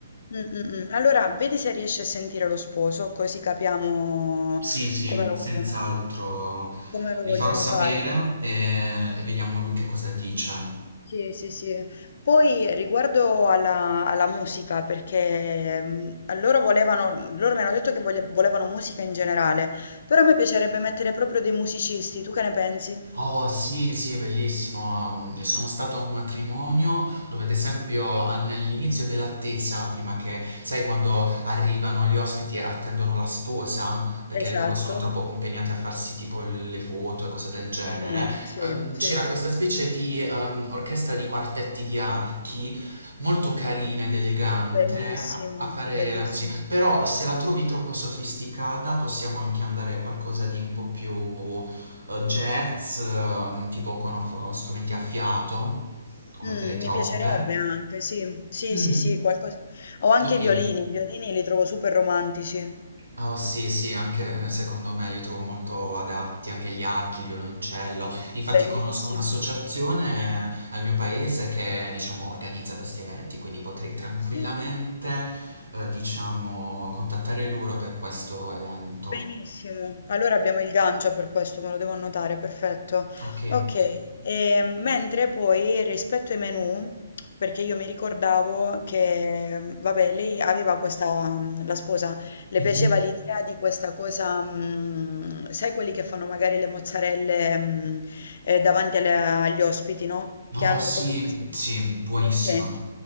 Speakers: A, on the left (about 55°); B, on the right (about 75°).
A: mm, mm, mm. Allora, vedi se riesci a sentire lo sposo, così capiamo
B: Sì, sì,
A: come lo
B: senz'altro.
A: vogliono, come lo
B: Gli
A: vogliono
B: farò sapere
A: fare.
B: e, e vediamo lui che cosa dice.
A: Sì, sì, sì. Poi riguardo alla, alla musica, perché mm, loro volevano, mhmm, loro mi hanno detto che voglia- volevano musica in generale, però a me piacerebbe mettere proprio dei musicisti, tu che ne pensi?
B: Oh sì, sì, è bellissimo. Mm, Sono stato a un matrimonio dove, ad esempio, all'inizio dell'attesa, prima che, sai, quando arrivano gli ospiti e attendono la sposa, perché
A: Esatto.
B: loro sono troppo impegnati a farsi tipo le foto e cose del genere,
A: Mm, sì,
B: ehm,
A: sì,
B: c'era questa specie di ehm, orchestra di quartetti di archi. Molto carina ed elegante
A: bellissimo,
B: a, a fare
A: bellissimo.
B: la musica, però se la trovi troppo sofisticata possiamo anche andare a qualcosa di un po' più eh, jazz, eh, tipo con eh, strumenti a fiato, come
A: Mh,
B: teletrombe.
A: mi piacerebbe anche, sì. Sì,
B: Mm,
A: sì, sì, qualcosa o anche
B: ok.
A: i violini, i violini li trovo super romantici,
B: Oh sì, sì, anche eh, secondo me li trovo molto adatti, anche gli archi, il violoncello. Infatti
A: bellissimi.
B: conosco un'associazione eh, al mio paese che, diciamo, organizza questi eventi, quindi potrei tranquillamente,
A: Sì.
B: eh, diciamo, contattare loro per questo evento.
A: Benissimo, allora abbiamo il Gangia per questo, me lo devo annotare, perfetto.
B: Ok.
A: Ok, e mentre poi rispetto ai menu, perché io mi ricordavo che, mm, vabbè, lei aveva questa, mm, la sposa, le
B: Mhm.
A: piaceva l'idea di questa cosa, mm, sai quelli che fanno magari le mozzarelle, mm, eh, davanti alle- agli ospiti, no?
B: No,
A: Che hanno
B: sì,
A: proprio questa...
B: sì, buonissima.
A: Ok,